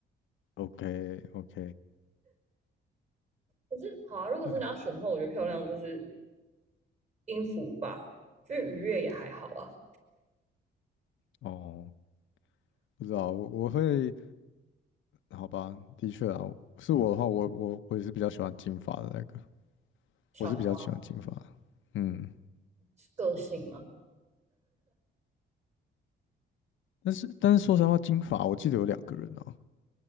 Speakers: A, on the left; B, on the right.
A: o k o k
B: 可是好啊，如果真的要选的话，
A: 对，
B: 我觉得漂亮就是音符吧，就是愉悦也还好啊。
A: 哦，不知道，我我会好吧，的确啊，是我的话，我我我也是比较喜欢金发的那个，
B: 小黄
A: 我是比较喜欢金发，嗯，
B: 是个性吗？
A: 但是但是说实话，金发我记得有两个人啊，